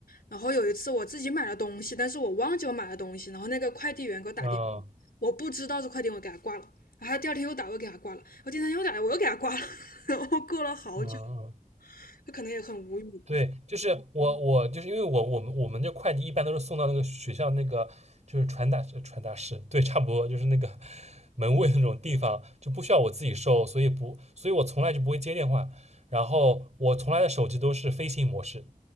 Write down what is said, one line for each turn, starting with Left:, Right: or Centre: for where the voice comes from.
Left: 然后有一次我自己买了东西，但是我忘记我买了东西，然后那个快递员给我打电话，
Right: 啊，
Left: 我不知道是快递员，我给他挂了。然后他第二天又打，我又给他挂了。我第三天又打来，我又给他挂了。<laughs> 然后过了好久，
Right: 嗯嗯，
Left: 他可能也很无语吧。
Right: 对，就是我我就是因为我我们我们这快递一般都是送到那个学校那个就是传达呃传达室，对，差不多就是那个 <laughs> 门卫那种地方，就不需要我自己收，所以不，所以我从来就不会接电话，然后我从来的手机都是飞行模式，